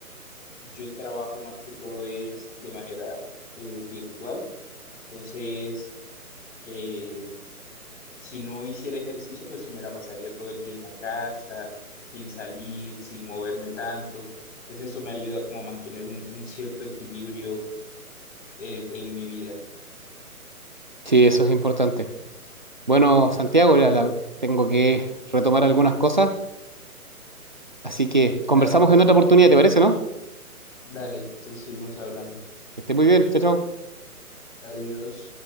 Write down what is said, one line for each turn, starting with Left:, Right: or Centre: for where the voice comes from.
Left: yo trabajo más que todo es de manera eh, virtual, entonces... eh, si no hiciera ejercicio, pues me la pasaría todo el día en la casa, sin salir, sin moverme tanto. Pues eso me ayuda como a mantener un, un cierto equilibrio eh, en mi vida.
Right: Sí, eso es importante. Bueno, Santiago, ya la- tengo que retomar algunas cosas, así que conversamos
Left: Dale, José,
Right: en otra oportunidad, ¿te parece, no?
Left: dale, entonces seguimos hablando.
Right: Que esté muy bien, chao, chao.
Left: Adiós.